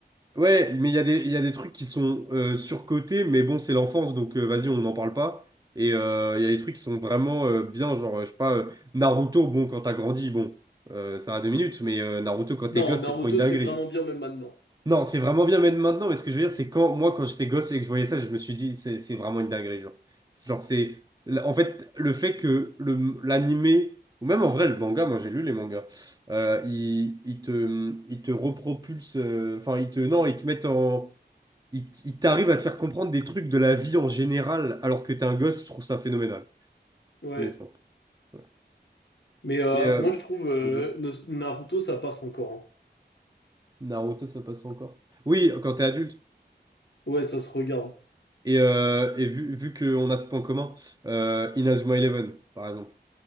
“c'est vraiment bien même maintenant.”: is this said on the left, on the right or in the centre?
Left